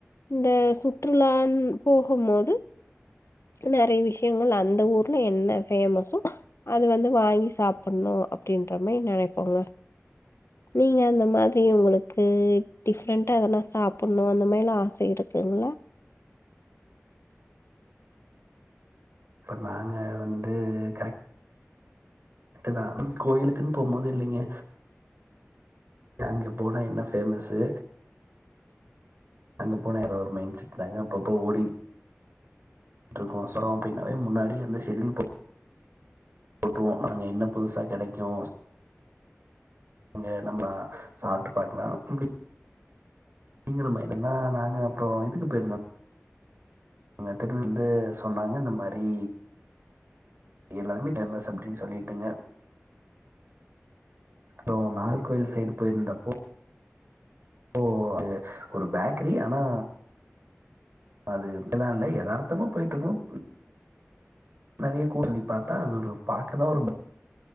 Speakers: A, on the left (about 70°); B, on the right (about 55°).
A: இந்த சுற்றுலானு போகும்போது நெறைய விஷயங்கள் அந்த ஊர்ல என்ன ஃபேமசோ அது வந்து வாங்கி சாப்புடனும் அப்டின்ற மாதிரி நெனைப்போங்க நீங்க அந்த மாதிரி உங்களுக்கு டிஃப்ரெண்டா அதெல்லா சாப்புடனும் அந்த மாதிரிலா ஆச இருக்குங்களா
B: இப்ப நாங்க வந்து கரெக்ட்டுதா கோயிலுக்குன்னு போகும்போது இல்லைங்க அங்க போனா என்ன ஃபேமஸு அங்க போனா வேற ஒரு மைண்ட் செட்டுதாங்க அப்பப்போ ஓடிட் கோசோறம் அப்டின்னாவே முன்னாடியே வந்து செடூல் போட்டுருவோ நாங்க என்ன புதுசா கெடைக்கோ நாங்க நம்ப சாப்டு பாத்து லா அப்டி நீங்களுமா என்னன்னா நாங்க அப்புறோ இதுக்கு போயிருந்தோம் அவங்க ஒருத்தரு வந்து சொன்னாங்க இந்த மாதிரி எல்லாருமே தெனஸ் அப்டின்னு சொல்லிட்டுங்க அப்றோம் நாகர்கோவில் சைடு போயிருந்தப்போ ஓ அது ஒரு பேக்கரி ஆனா அது அப்டிலாம் இல்ல எதார்த்தமா போயிட்டுருக்கோம் நெறைய கூட்டத பார்த்தா அது ஒரு பார்க்கதா ஒரு